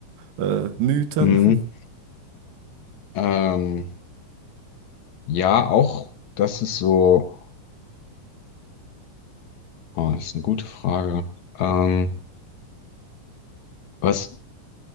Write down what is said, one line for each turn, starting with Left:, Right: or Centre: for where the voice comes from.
Right: äh, Mythen.
Left: Mhm.
Right: <laughs>
Left: Ähm, ja, auch das ist so. Oh, das ist eine gute Frage. Ähm, was